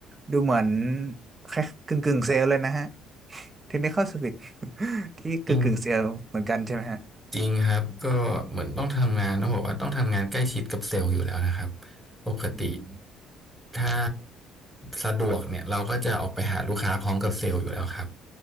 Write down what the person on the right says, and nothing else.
ดูเหมือนแค่กึ่งกึ่งเซลล์เลยนะฮะ Technical Service <laughs> ที่กึ่งกึ่งเซแอลเหมือนกันใช่ไหมฮะ
อืม